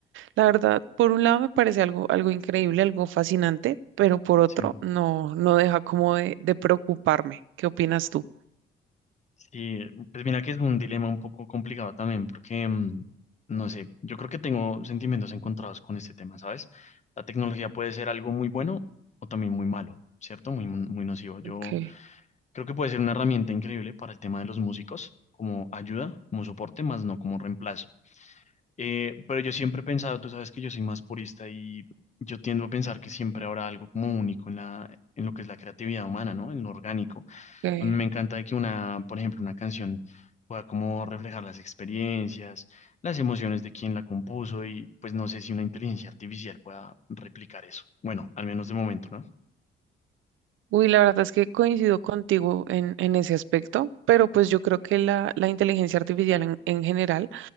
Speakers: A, on the right; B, on the left.
A: La verdad, por un lado me parece algo, algo increíble, algo fascinante, pero por otro
B: sí.
A: no, no deja como de, de preocuparme. ¿Qué opinas tú?
B: Sí, pues mira que es un dilema un poco complicado también, porque, mm, no sé, yo creo que tengo sentimientos encontrados con este tema, ¿sabes? La tecnología puede ser algo muy bueno o también muy malo, ¿cierto? Muy, muy nocivo. Yo
A: Ok,
B: Creo que puede ser una herramienta increíble para el tema de los músicos, como ayuda, como soporte, más no como reemplazo. Eh, pero yo siempre he pensado, tú sabes que yo soy más purista y yo tiendo a pensar que siempre habrá algo como único en la, en lo que es la creatividad humana, ¿no? En lo orgánico.
A: ok.
B: A mí me encanta de que una, por ejemplo, una canción pueda como reflejar las experiencias, las emociones de quien la compuso y pues no sé si una inteligencia artificial pueda replicar eso. Bueno, al menos de momento, ¿no?
A: Uy, la verdad es que coincido contigo en, en ese aspecto, pero pues yo creo que la, la inteligencia artificial en, en general